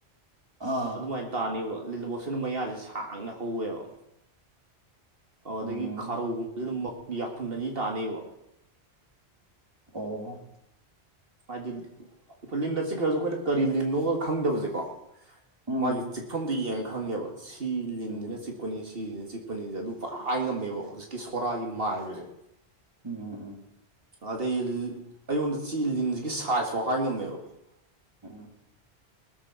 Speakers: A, on the right; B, on the right.
A: ꯑꯥ
B: ꯑꯗꯨꯃꯥꯏꯅ ꯇꯥꯅꯤꯕ ꯂꯤꯂꯕꯣꯠꯁꯤꯅ ꯃꯌꯥꯁꯦ ꯁꯥꯡꯅ ꯍꯧꯋꯦꯕ ꯑꯣ
A: ꯎꯝ
B: ꯑꯗꯒꯤ ꯈꯥꯔꯧꯒꯨꯝꯕꯁꯤꯅ ꯌꯥꯈꯨꯟ ꯑꯅꯤ ꯇꯥꯅꯩꯕ
A: ꯑꯣ
B: ꯍꯥꯏꯗꯤ ꯑꯩꯈꯣꯏ ꯂꯤꯟꯗ ꯆꯤꯛꯈ꯭ꯔꯁꯨ ꯑꯩꯈꯣꯏꯅ ꯀꯔꯤ ꯂꯤꯟꯅꯣꯒ ꯈꯪꯗꯕꯁꯦꯀꯣ
A: ꯎꯝ
B: ꯃꯥꯒꯤ ꯆꯤꯛꯐꯝꯗꯨ ꯌꯦꯡ ꯈꯪꯉꯦꯕ ꯁꯤ ꯂꯤꯡꯅꯤꯅ
A: ꯎꯝ
B: ꯆꯤꯛꯄꯅꯤ
A: ꯎꯝ
B: ꯁꯤꯁꯤꯅ ꯆꯤꯛꯄꯅꯤꯁꯦ ꯑꯗꯨ ꯄꯨꯔꯥ ꯉꯝꯃꯦꯕ ꯍꯧꯖꯤꯛꯀꯤ ꯁꯣꯔꯥꯒꯤ ꯃꯥꯏꯕꯁꯦ
A: ꯎꯝ ꯎ ꯎꯝ
B: ꯑꯗꯩ ꯑꯩꯉꯣꯟꯗ ꯆ ꯂꯤꯟꯁꯤꯒꯤ ꯁꯥꯏꯖꯐꯥꯎ ꯍꯥꯏ ꯉꯝꯃꯦꯕ <unintelligible>
A: ꯎꯝ
B: <inaudible>